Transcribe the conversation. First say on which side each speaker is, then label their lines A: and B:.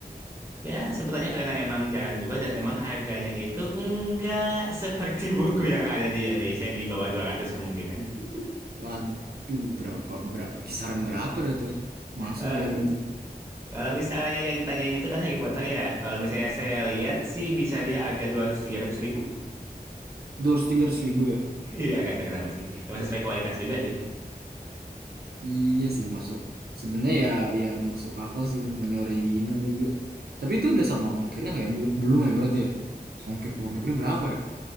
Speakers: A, on the right; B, on the right.
A: Ya, sebetulnya karena emang jarang juga dan emang harganya itu enggak seperti <laughs> buku yang ada di Indonesia di bawah 200 kemungkinan.
B: Waduh, berapa, berapa kisaran berapa dah tuh? Masuk
A: Eh,
B: nggak ya budgetnya?
A: kalau misalnya yang ditanyain itu kan Harry Potter ya. Kalau misalnya saya lihat sih bisa dia harga dua ratus tiga ratus ribu. <laughs>
B: Dua ratus tiga ratus ribu ya?
A: Iya, nggak tahu kenapa sih. Emang sesuai kualitas juga sih.
B: Iya sih masuk sebenarnya ya ya masuk akal sih namanya original juga. Tapi itu udah sama ongkirnya nggak ya? Belum belum ya berarti ya. Ongkir ke
A: Hmm.
B: luar negeri berapa ya?